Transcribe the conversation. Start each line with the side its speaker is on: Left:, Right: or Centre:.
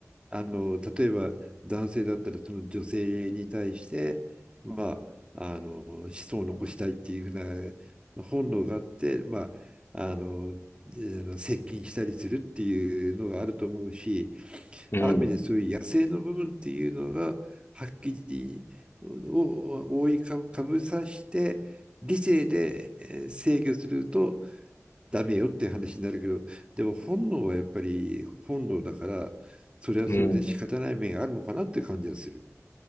Right: あの例えば男性だったらその女性に対してまああの子孫を残したいっていうふうな本能があってまああの接近したりするっていうのがあると思うし
Left: うん。
Right: ある意味でそういう野生の部分っていうのがはっきりを覆いかぶさして理性で制御するとダメよって話になるけど、でも本能はやっぱり本能だから、それはそれで仕方ない面があるのかなって感じがする。
Left: うん。